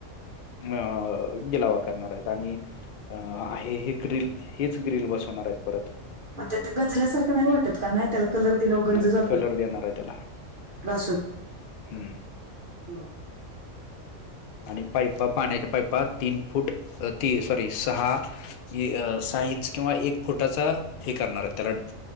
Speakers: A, on the left; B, on the right.
A: अ गिलावा करणारायत आणि अ आहे हे ग्रील. हेच ग्रिल बसवणारायत परत.
B: मग त्या आता गंजल्यासारखं नाही वाटत का? नाही त्याला कलर दिलेवर गंज
A: न
B: जात
A: कलर देणाराय त्याला.
B: घा.
A: हम्म
B: बर.
A: आणि पाईपा - पाण्याच्या पाईपात, तीन फूट. ती सॉरी सहा सहा इंच किंवा एक फुटाचा, हे करणारयत त्याला